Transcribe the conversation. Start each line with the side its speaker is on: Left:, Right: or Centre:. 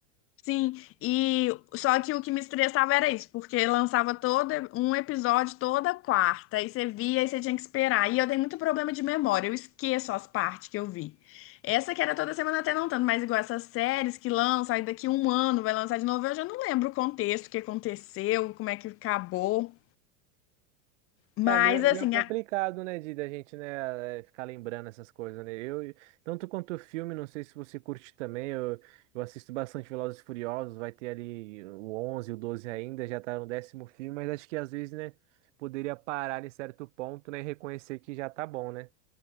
Left: Sim, e só que o que me estressava era isso, porque lançava todo um episódio toda quarta, aí você via e você tinha que esperar. E eu tenho muito problema de memória, eu esqueço as partes que eu vi. Essa que era toda semana até não tanto, mas igual essas séries que lançam, aí daqui um ano vai lançar de novo, eu já não lembro o contexto, o que aconteceu, como é que acabou. Mas
Right: É é meio, é
Left: assim,
Right: meio complicado, né, de da gente, né, eh, ficar lembrando essas coisas, né? Eu, tanto quanto o filme, não sei se você curte também, eu, eu assisto bastante Velozes e Furiosos, vai ter ali o 11, o 12 ainda, já tá no décimo filme, mas acho que às vezes, né, poderia parar em certo ponto, né, e reconhecer que já tá bom, né?